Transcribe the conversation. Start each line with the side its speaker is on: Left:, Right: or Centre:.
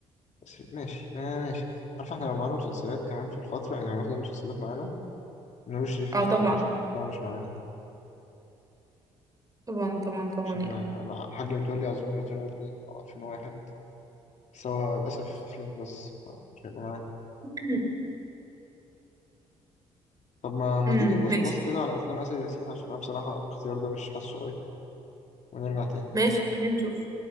Left: بس ماشي آه ماشي عارف احنا لو معانا مسلسلات كمان في الفترة يعني هناخد المسلسلات معانا نور الشريف
Right: اه
Left: هيدخل
Right: طبعا
Left: قشطة بس هو مش معانا يعني
Right: طبعا طبعا طبعا
Left: عشان
Right: يعني
Left: آه، الحاج متولي أظن 2002 أو 2001 بس هو للأسف أفلام بس آه، مش هيبقى معانا
Right: <coughs>
Left: طب ما, ما
Right: أمم،
Left: تيجي نبص
Right: ماشي
Left: بصة كده على أفلام آسر ياسين عشان أنا بصراحة الاختيار ده مش حاسه قوي ونرجع تاني
Right: ماشي خلينا نشوف